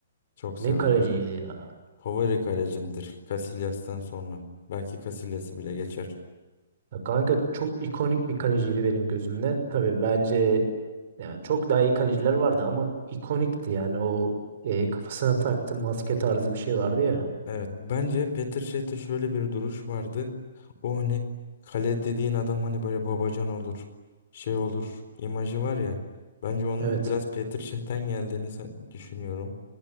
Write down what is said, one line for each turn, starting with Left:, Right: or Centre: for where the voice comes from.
Left: Çok severim.
Right: Ne kaleciydi ya.
Left: Favori kalecimdir. Casillas'tan sonra. Belki Casillas'ı bile geçer.
Right: Ya kanka çok ikonik bir kaleciydi benim gözümde. Tabii bence yani çok daha iyi kaleciler vardı ama ikonikti yani o e, kafasına taktığı maske tarzı bir şey vardı ya.
Left: Evet. Bence Petr Cech'te şöyle bir duruş vardı. O hani kale dediğin adam hani böyle babacan olur. Şey olur. imajı var ya. Bence onun
Right: Evet.
Left: da biraz Petr Cech'ten geldiğini sa- düşünüyorum.